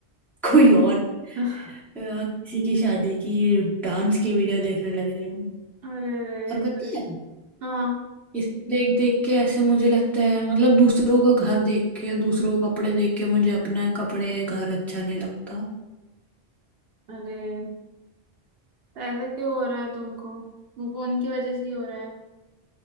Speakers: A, in the centre; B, on the right (about 65°).
A: कोई और अ,
B: <laughs>
A: किसी की शादी की डांस की वीडियो देखने लग रही हूँ
B: अरे अरे
A: और
B: तुम
A: पता है
B: हाँ
A: ये सब देख देख के ऐसे मुझे लगता है मतलब दूसरों का घर देख के दूसरों के कपड़े देख के मुझे अपना कपड़े घर अच्छा नहीं लगता
B: अरे तो ऐसा क्यों हो रहा है तुमको वो फोन की वजह से ही हो रहा है